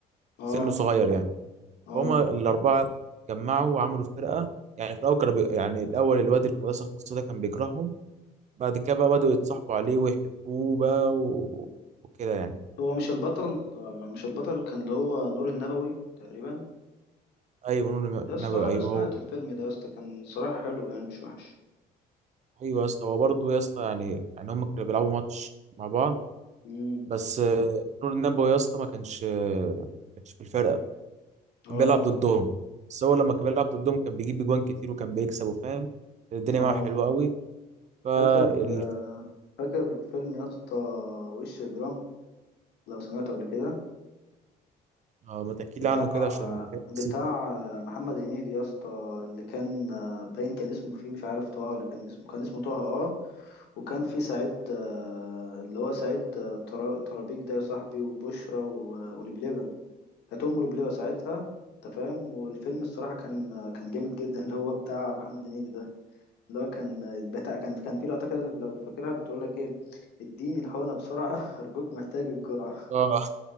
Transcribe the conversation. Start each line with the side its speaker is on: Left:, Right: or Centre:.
Left: اه
Right: سنه صغير يعني
Left: اه
Right: فهم الاربعه اتجمعوا وعملوا فرقه يعني في الاول كانوا بي... يعني الاول الواد اللي في المدرسه الخاصه ده كان بيكرههم بعد كده بقى بداوا يتصاحبوا عليه ويحبوه بقى و... وكده يعني
Left: هو مش البطل آه، مش البطل كان اللي هو نور النبوي تقريبا
Right: ايوه نون
Left: يا اسطى
Right: النبي
Left: آه،
Right: ايوه
Left: انا سمعت
Right: هو
Left: الفيلم ده يا اسطى كان صراحة حلو يعني مش وحش
Right: ايوه يا اسطى هو برضه يا اسطى يعني يعني هم كانوا بيلعبوا ماتش مع بعض
Left: امم
Right: بس آه، نور النبوي يا اسطى ما كانش آه، ما كانش في الفرقه
Left: اه
Right: كان بيلعب ضدهم بس هو لما كان بيلعب ضدهم كان بيجيب اجوان كتير وكان بيكسب وفاهم الدنيا
Left: اه
Right: معاه حلوه قوي فال
Left: فاكر فاكر فيلم يا اسطى وش اجرام لو سمعته قبل كده
Right: اه ما تحكي
Left: بتاع
Right: لي عنه كده عشان
Left: بتاع
Right: نسيت.
Left: محمد هنيدي يا اسطى اللي كان آه، باين كان اسمه فيه مش عارف طه اللي كان اسمه كان اسمه طه اه وكان في سعيد آه، اللي هو سعيد آه، ترا- ترابيك ده يا صاحبي وبشرى و- ولبلبة كانت له بلبة ساعتها انت فاهم والفيلم الصراحه كان كان جامد جدا اللي هو بتاع محمد هنيدي ده اللي هو كان بتاع كان كان في لقطه كده لو فاكرها بتقول لك ايه اديني الحقنه بسرعه <laughs> ارجوك محتاج الجرعه
Right: اه